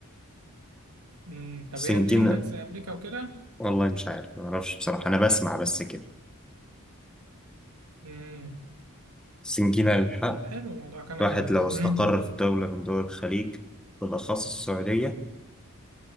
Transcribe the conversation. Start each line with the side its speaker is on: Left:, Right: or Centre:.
Right: امم طب
Centre: سنجينا
Right: هي الدنيا هناك زي امريكا وكده
Centre: والله مش عارف ما أعرفش بصراحة أنا بسمع بس كده
Right: امم
Centre: سنجينا الحق
Right: طب حلو موضوع كندا
Centre: الواحد
Right: ده
Centre: لو استقر
Right: امم
Centre: في دولة من دول الخليج بالأخص السعودية